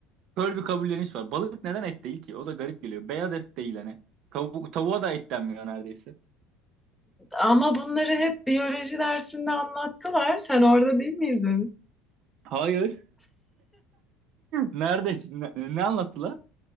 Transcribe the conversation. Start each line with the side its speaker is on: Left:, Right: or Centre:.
Right: Kör bir kabulleniş var. Balık neden et değil ki? O da garip geliyor. Beyaz et değil hani. Kavu- tavuğa da et denmiyor neredeyse.
Centre: Ama bunları hep biyoloji dersinde anlattılar. Sen orada değil miydin?
Right: Hayır. Nerede? Ne, ne anlattılar?